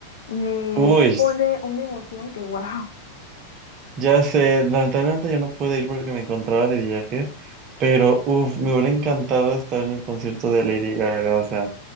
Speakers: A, on the left (about 60°); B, on the right (about 35°).
A: Le
B: Uy,
A: pone una emoción que wow.
B: Ya sé, lamentablemente yo no pude ir porque me encontraba de viaje, pero uff, me hubiera encantado estar en el concierto de Lady Gaga, o sea,